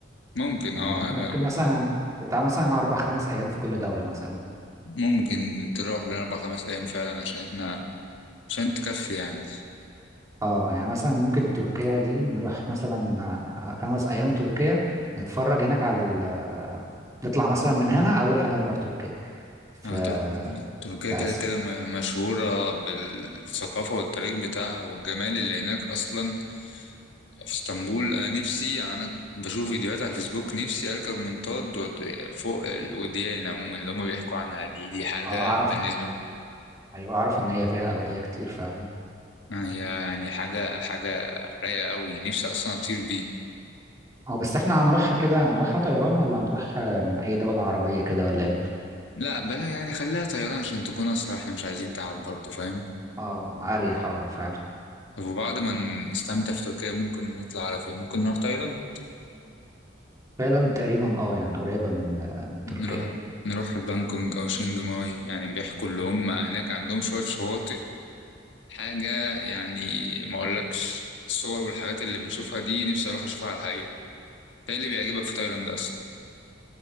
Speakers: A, on the left; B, on the right.
A: ممكن
B: يعني
A: اه
B: ممكن
A: آه،
B: مثلا بتاع مثلا اربع خمس ايام في كل دولة مثلا
A: ممكن تروح بين اربع خمس ايام فعلا عشان احنا عشان تكفي يعني
B: اه يعني مثلا ممكن تركيا دي نروح مثلا آه، خمس ايام تركيا نتفرج هناك على ال آه، نطلع مثلا من هنا اول حاجة نروح تركيا في
A: اه تر- تركيا
B: في
A: كده
B: اسيا
A: كده م- مشهوره بالثقافه والتاريخ بتاعها والجمال اللي هناك اصلا في اسطنبول انا نفسي يعني انا بشوف فيديوهات على الفيسبوك نفسي اركب منطاد وت- فوق الوديان عموما اللي هم بيحكوا عنها دي دي حاجه
B: اه اعرف
A: بالنسبه
B: ايوه اعرف ان هي فيها اودية كتير فعلا
A: آه، هي يعني حاجة حاجة رايقة قوي نفسي أصلا أطير بيه
B: اه بس احنا هنروحها كده هنروحها طيران ولا هنروح آه، من اي دولة عربية كده ولا ايه
A: لا بلا يعني خليها طيران عشان تكون أسرع احنا مش عايزين تعب برضه فاهم
B: اه اريح اه فعلا
A: طب وبعد ما نستمتع في تركيا ممكن نطلع على فين ممكن نروح تايلاند
B: تايلاند تقريبا اه يعني قريبة من آه، من تركيا
A: نروح نروح بانكونج أو شينج ماي يعني بيحكوا اللي هم هناك عندهم شوية شواطئ حاجة يعني ما أقولكش الصور والحاجات اللي بنشوفها دي نفسي أروح أشوفها على الحقيقة ده اللي بيعجبك في تايلاند أصلا